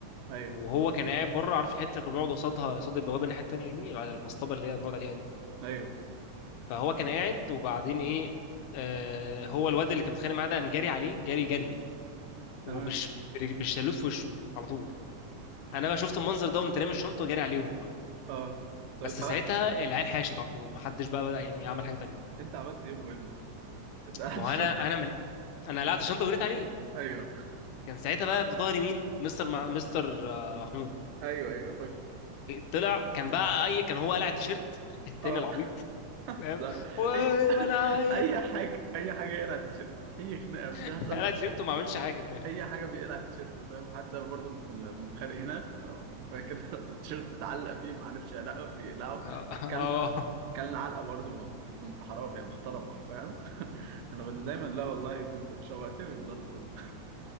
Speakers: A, on the right (about 80°); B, on the left (about 85°).
A: ايوه
B: وهو كان قاعد بره عارف الحته اللي كنا بنقعد قصادها قصاد البوابه الناحيه التانيه دي على المصطبه اللي هي بنقعد عليها دي
A: ايوه
B: فهو كان قاعد وبعدين ايه آه هو الواد اللي كان متخانق معاه ده قام جاري عليه جاري جري وبالشلوت
A: تمام
B: في وشه على طول انا بقى شفت المنظر ده وقمت رامي الشنطه وجاري عليهم
A: اه طب
B: بس
A: انت بقى
B: ساعتها العيال حاشت على طول محدش بقى بدأ يعني يعمل حاجه تانية
A: انت عملت ايه مهم؟ انت قاعد
B: ما
A: الشط
B: هو انا انا مل... انا قلعت الشنطه وجريت عليه
A: ايوه
B: كان ساعتها بقى بظهري مين مستر مع... مستر آه، محمود
A: ايوه ايوه فاكر
B: طلع كان بقى اي كان هو قلع التيشيرت <laughs> التاني
A: اه
B: العبيط فاهم
A: ده
B: و-
A: اي <laughs>
B: وانا
A: اي حاجه اي حاجه يقلع التيشيرت اي خناقه بتحصل
B: <laughs> قلع التيشيرت وما عملش حاجه في الاخر
A: اي حاجه بيقلع التيشيرت فاهم حتى برضه لما كنا بنتخانق هنا آه، فاكر <laughs> التيشيرت اتعلق فيه ما عرفش يقلعه يقلعه
B: اه
A: ك-
B: آه.
A: كل كلنا علقه برضه ما- ما انت حرام يا محترمه فاهم <laughs> انا كنت
B: <laughs>
A: دايما لا والله يا ابني شوقتني بالضرب والله